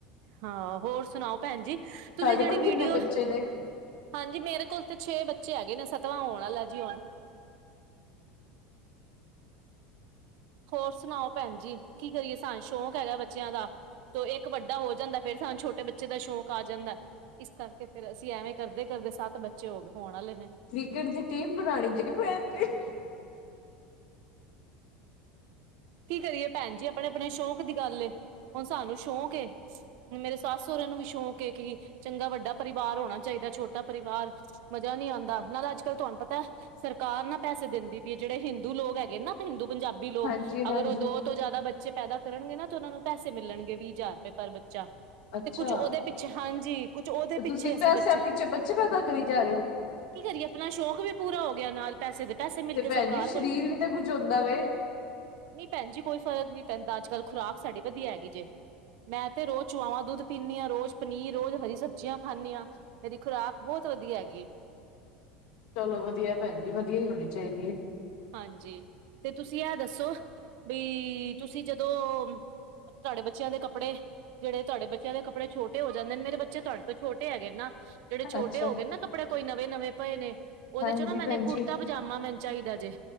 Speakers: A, on the right; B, on the left.
A: ਹਾਂ ਹੋਰ ਸੁਣਾਓ? ਭੈਣਜੀ
B: ਤੁਹਾਡੇ
A: ਤੁਸੀ ਜੇੜੀ
B: ਕੋਲ
A: ਵੀਡੀਓ
B: ਕਿੰਨੇ ਬੱਚੇ ਨੇ
A: ਹਾਂਜੀ, ਮੇਰੇ ਕੋਲ ਤੇ ਛੇ ਬੱਚੇ ਹੈਗੇ ਨੇ ਸੱਤਵਾਂ ਹੋਣ ਵਾਲਾ ਜੀ ਹੁਣ ਹੋਰ ਸੁਣਾਓ ਭੈਣ ਜੀ, ਕੀ ਕਰੀਏ ਸਾਨੂੰ ਸ਼ੌਕ ਹੈਗਾ ਬੱਚਿਆਂ ਦਾ। ਤੋ ਏਕ ਵੱਡਾ ਹੋ ਜਾਂਦੈ ਫੇਰ ਸਾਨੂੰ ਛੋਟ ਟੇ ਬੱਚੇ ਦਾ ਸ਼ੌਂਕ ਆ ਜਾਂਦਾ, ਇਸ ਕਰਕੇ ਫੇਰ ਅਸੀਂ ਐਵੇਂ ਕਰਦੇ-ਕਰਦੇ ਸੱਤ ਬੱਚੇ ਹੋਗੇ ਹੋਣ ਆਲੇ ਨੇ।
B: ਕ੍ਰਿਕੇਟ ਦੀ ਟੀਮ ਬਣਾਣੀ ਜੇ ਕੇ ਭੈਣ ਜੀ।
A: ਕੀ ਕਰੀਏ ਭੈਣ ਜੀ ਅਪਣੇ-ਅਪਣੇ ਸ਼ੌਂਕ ਦੀ ਗੱਲ ਏ। ਹੁਣ ਸਾਨੂੰ ਸ਼ੌਕ ਏ, ਹੁਣ ਮੇਰੇ ਸੱਸ ਸੋਰੇਆਂ ਨੂੰ ਵੀ ਸ਼ੌਕ ਏ ਕੀ ਚੰਗਾ ਵੱਡਾ ਪਰਿਵਾਰ ਹੋਣਾ ਚਾਈਦਾ ਐ, ਛੋਟਾ ਪਰਿਵਾਰ ਮਜ਼ਾ ਨੀ ਆਦਾ ਨਾਲ ਅੱਜ-ਕੱਲ੍ਹ ਤੁਆਨੂੰ ਪਤਾ ਐ ਸਰਕਾਰ ਨਾ ਪੈਸੇ ਦੇੰਦੀ ਪੀ ਏ, ਜੇੜੇ ਹਿੰਦੂ ਲੋਗ ਹੈਗੇ ਨਾ ਹਿੰਦੂ ਪੰਜਾਬੀ ਲੋਗ
B: ਹਾਂਜੀ ਹਾਂਜੀ
A: ਦੋ ਤੋਂ ਜੈਦਾ ਬੱਚੇ ਪੈਦਾ ਕਰਨਗੇ ਨਾ ਤੇ ਓਨਾਂ ਨੂੰ ਪੈਸੇ ਮਿਲਣਗੇ, ਵੀਹ ਹਜ਼ਾਰ ਰੁਪਏ ਪਰ ਬੱਚਾ।
B: ਅੱਛਾ
A: ਤੇ ਕੁੱਛ ਓਦੇ ਪਿੱ ਹਾਂਜੀ, ਕੁਛ ਓਦੇ
B: ਤੇ
A: ਪਿੱਛੇ
B: ਤੁਸੀਂ
A: ਅਸੀ
B: ਪੈਸਿਆਂ
A: ਬੱਚੇ--ਕਿਉਂ?
B: ਪਿੱਛੇ ਬੱਚੇ ਪੈਦਾ ਕਰੀ ਜਾ ਰਹੇ ਹੋ
A: ਕੀ ਕਰੀਏ ਅਪਣਾ ਸ਼ੌਕ ਵੀ ਪੂਰਾ ਹੋ ਗਿਆ ਨਾਲ ਪੈਸੇ ਦੇ ਪੈਸੇ ਮਿਲਗੇ
B: ਭੈਣ
A: ਸਰਕਾਰ
B: ਜੀ ਸਰੀਰ
A: ਕੋਲ
B: ਵੀ ਤੇ ਕੁੱਝ ਹੁੰਦਾ ਵੇ।
A: ਨੀ ਭੈਣ ਜੀ, ਕੋਈ ਫਰਕ ਨੀ ਪੈਂਦਾ, ਅੱਜ-ਕੱਲ ਖੁਰਾਕ ਸਾਡੀ ਵਧੀਆ ਹੈਗੀ ਜੇ‌। ਮੈਂ ਤੇ ਰੋਜ਼ ਚੁਆਵਾਂ ਦੁੱਧ ਪੀਂਣੀ ਆਂ। ਰੋਜ਼ ਪਨੀਰ, ਰੋਜ਼ ਹਰੀ ਸਬਜ਼ੀਆਂ ਖਾਂਣੀ ਆਂ। ਮੇਰੀ ਖੁਰਾਕ ਬੋਤ ਵਧੀਆ ਹੈਗੀ ਏ।
B: ਚਲੋ ਵਧੀਐ ਭੈਣ ਜੀ, ਵਧੀਆ ਹੀ ਹੋਣੀ ਚਾਈਦੀ ਏ।
A: ਹਾਂਜੀ, ਤੇ ਤੁਸੀਂ ਐ ਦੱਸੋ ਬਈ ਤੁਸੀਂ ਜਦੋਂ ਤੁਆਡੇ ਬੱਚਿਆਂ ਦੇ ਕੱਪੜੇ ਜੇੜੇ ਤੁਆਡੇ ਬੱਚਿਆਂ ਦੇ ਕੱਪੜੇ ਛੋਟੇ ਹੋ ਜਾਂਦੇਣ ਮੇਰੇ ਬੱਚੇ ਤੁਆਡੇ ਤੋ ਛੋਟੇ ਹੈਗੇਣ ਨਾ, ਜੇੜੇ ਛੋਟੇ
B: ਅੱਛਾ
A: ਹੋਗੇ ਨਾ ਕੱਪ ਕੱਪੜੇ ਕੋਈ ਨਵੇਂ -ਨਵੇਂ ਪਏ ਨੇ, ਓਦੇ
B: ਹਾਂਜੀ
A: ਚੋਂ ਨਾ ਮੈਨ
B: ਭੈਣ
A: ਏਕ ਕੁੜਤਾ-ਪਜਾਮਾ
B: ਜੀ
A: ਮੈਨੂੰ ਚਾਈਦਾ ਜੇ।